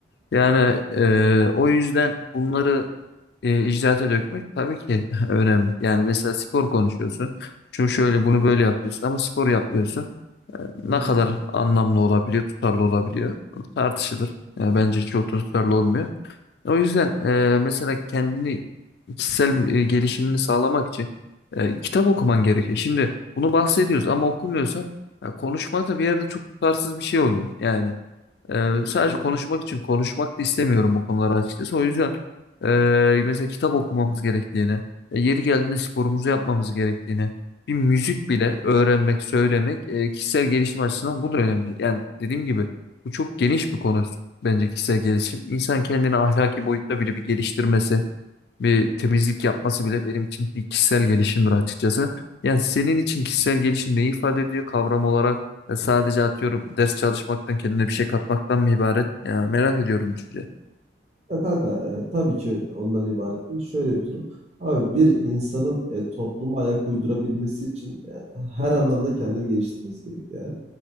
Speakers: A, on the left; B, on the right.
A: Yani e, o yüzden bunları e, icraate dökmek tabii ki <laughs> önemli. Yani mesela spor konuşuyorsun. Şu şöyle bunu böyle yapıyorsun ama spor yapmıyorsun. E, ne
B: Hı hı.
A: kadar anlamlı olabiliyor, tutarlı olabiliyor tartışılır. E, bence çok da tutarlı olmuyor. O yüzden e, mesela kendini kişisel e, gelişimini sağlamak için e, kitap okuman gerekiyor. Şimdi bunu bahsediyoruz ama okumuyorsan ya konuşma da bir yerde çok tutarsız bir şey oluyor yani. Ee,
B: E,
A: sadece
B: Kesinlikle.
A: konuşmak için konuşmak da istemiyorum bu konuları açıkçası. O yüzden e, mesela kitap okumamız gerektiğini, e, yeri geldiğinde sporumuzu yapmamız gerektiğini, bir müzik bile öğrenmek, söylemek e, kişisel gelişim açısından bu da önemli. Yani dediğim gibi bu çok geniş bir konu bence kişisel gelişim. İnsan kendini ahlaki boyutta bile bir geliştirmesi, bir temizlik yapması bile benim için bir kişisel gelişimdir açıkçası. Yani senin için kişisel gelişim ne ifade ediyor kavram olarak? Ya sadece atıyorum ders çalışmaktan kendine bir şey katmaktan mı ibaret? Ya merak ediyorum düşünce.
B: Ya kanka e, tabii ki ondan ibaret değil. Şöyle bir durum. Abi bir insanın e, topluma ayak uydurabilmesi için e, her anlamda kendini geliştirmesi gerekiyor yani.